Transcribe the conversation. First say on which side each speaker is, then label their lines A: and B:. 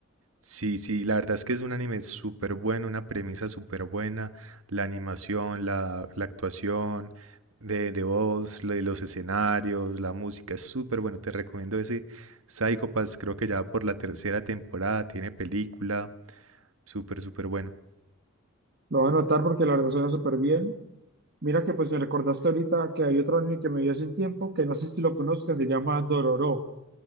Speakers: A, on the right; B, on the right.
A: Sí, sí, la verdad es que es un anime súper bueno, una premisa súper buena, la animación, la, la actuación de, de voz, lo de los escenarios, la música es súper bueno, te recomiendo ese Psycho Pass, creo que ya por la tercera temporada tiene película, súper, súper bueno.
B: Lo voy a anotar porque la verdad suena súper bien. Mira que pues me recordaste ahorita que hay otro anime que me vi hace un tiempo, que no sé si lo conozcas, se llama Dororo.